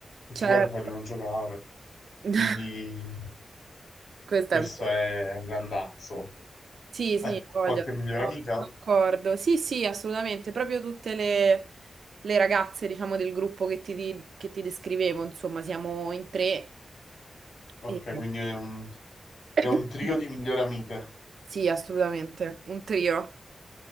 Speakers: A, on the left; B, on the right.
A: tutti
B: Certo.
A: quanti vogliono giocare,
B: <laughs>
A: quindi
B: Questa
A: questo
B: è... vera.
A: è l'andazzo.
B: Sì,
A: Beh,
B: sì, voglio,
A: qualche migliore
B: sono
A: amica?
B: sono d'accordo. Sì, sì, assolutamente. Proprio tutte le, le ragazze, diciamo, del gruppo che ti, di- che ti descrivevo, insomma, siamo in tre.
A: Ok,
B: e-
A: quindi è un,
B: <laughs>
A: è un trio di migliori amiche.
B: Sì, assolutamente. Un trio.